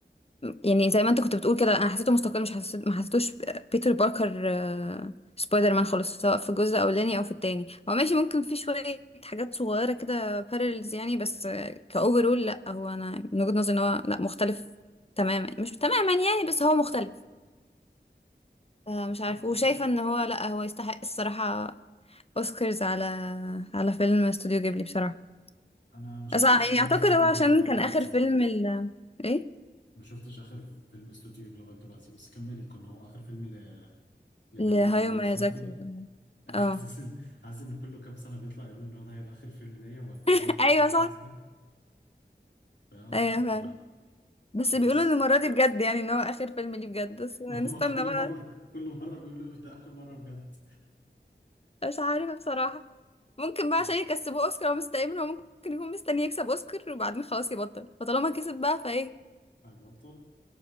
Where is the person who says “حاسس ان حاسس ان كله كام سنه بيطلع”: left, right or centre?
Left